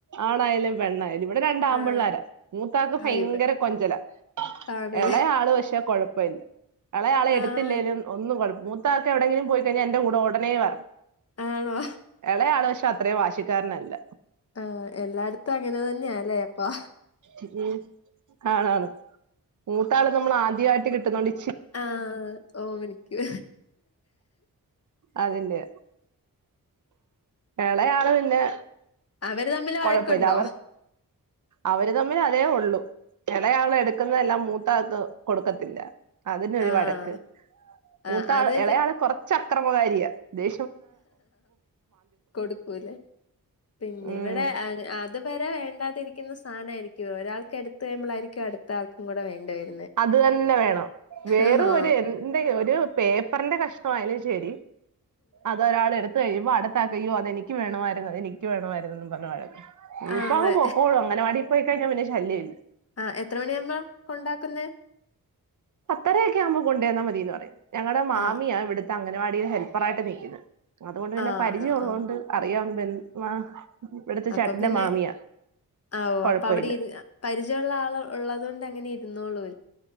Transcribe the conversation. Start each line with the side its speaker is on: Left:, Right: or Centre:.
Right: ആണായാലും പെണ്ണായാലും ഇവിടെ രണ്ടാമ്പിള്ളാര
Left: ആഹ്
Right: മൂത്താക്ക് ഭയിങ്കര
Left: ഹൈവ്
Right: കൊഞ്ചലാ
Left: ആണ്
Right: എളേയാള് പക്ഷേ കൊഴപ്പല്ല എളേയാളെ എടുത്തില്ലേലും
Left: ആഹ്
Right: ഒന്നും കൊഴ മൂത്താക്ക് എവിടെങ്കിലും പോയി കഴിഞ്ഞാ എന്റെ കൂടെ ഒടനേ വരണം
Left: ആണോ
Right: എളേയാള് പഷേ അത്രേം വാശി കാർനല്ല
Left: ആഹ് എല്ലായിടത്തും അങ്ങനെ തന്നെയാല്ലേ അപ്പൊ
Right: മ് ഉം കാണാന്ന്‌ ക്കാളും നമ്മളാദ്യാട്ട് കിട്ടുന്നോണ്ടി
Left: ആ ഓമനിക്കും
Right: അതിന്റെ ഇളയാള് പിന്നെ
Left: അവര് തമ്മില് വഴക്കുണ്ടോ?
Right: കുഴപ്പമില്ല അവർ അവര് തമ്മില് അതേ ഉള്ളൂ. ഇളേയാള് എടുക്കുന്നതെല്ലാം മൂ ത്തയാക്കു കൊടുക്കത്തില്ല. അതിനൊരു
Left: ആഹ്
Right: വഴക്ക് മൂത്താ
Left: ആഹ് അത്
Right: ഇളയാള് കൊറച്ച് അക്രമകാരിയാ ദേ
Left: കൊടുക്കൂല്ലേ പിന്നെ
Right: ഉം
Left: ഇവിടെ അ അത് വരെ വേണ്ടാതിരിക്കുന്ന സാധനായിരിക്കും ഒരാൾക്ക്‌ എടുത്ത് കഴിയുമ്പോളായിരി ക്കും അടുത്ത ആൾക്കും കൂടെ വേണ്ട വരു
Right: അത് തന്നെ വേണം വെറും
Left: ആഹ്
Right: ഒരു എന്ത്‌ ഒരു പേപ്പറിന്റെ കഷ്ണമായാലും ശെ ശരി അതൊരാൾ എടുത്ത് കഴിയുമ്പോ അടു ത്തയാക്ക്‌ യ്യോ അതെനിക്ക് വേണമായിരുന്നു എനിക്ക് വേണമായിരുന്നന്ന് പറഞ്ഞു വഴക്ക്. ഇനീപ്പോ
Left: ആഹ് അതെ
Right: അങ്ങ് പൊക്കോളും അംഗണവാടി പോയി കഴിഞ്ഞാ പിന്നെ ശല്യവില്ല.
Left: ആ എത്ര മണിയാവുമ്പാ കൊണ്ടാക്കുന്നേ?
Right: പത്തരയൊക്കെ ആവുമ്പോ കൊണ്ടു ചെന്നാ മതീന്ന് പറയും. ഞങ്ങടെ മാമിയാ
Left: ആഹ്
Right: ഇവിടു ത്തെ അംഗണവാടിയിൽ ഹെൽപ്പർ ആയിട്ട് നിക്കുന്നെ. അതുകൊണ്ട് പിന്നെ
Left: ആണോ
Right: പരിചയം ഒള്ളോണ്ട്
Left: ആഹ്
Right: അറിയാവുന്നെ ബന്ധ് ആഹ് ഇവിടുത്തെ
Left: അപ്പൊ
Right: ചേട്ടന്റെ
Left: പിന്നെ
Right: മാമിയാ
Left: ആഹ് ഓഹ്
Right: കൊഴപ്പയില്ല.
Left: അപ്പൊ അവിടെ ഇരു പരിചയമുള്ള ആള് ഉള്ളത് കൊണ്ട് അങ്ങനെ ഇരുന്നോള്ളൂ